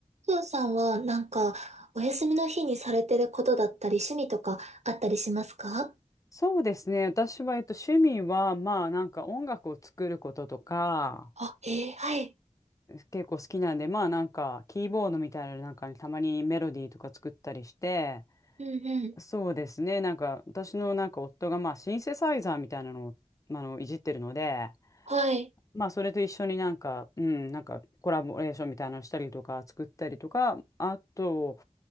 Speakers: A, on the right (about 60°); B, on the left (about 25°).
A: ふうさんはなんかお休みの日にされてることだったり趣味とかあったりしますか
B: そうですね。私は、えっと、趣味は、まあ、なんか音楽を作ることとか、
A: あ、えー、はい。
B: 結構好きなんで、まあ、なんか、キーボードみたいなのなんかにたまにメロディーとか作ったりして、
A: うんうん。
B: そうですね。なんか、私のなんか夫が、まあ、シンセサイザーみたいなのを、まああの、いじってるので、
A: はい。
B: まあ、それと一緒になんか、うん、なんか、コラボレーションみたいなのしたりとか、作ったりとか、あと、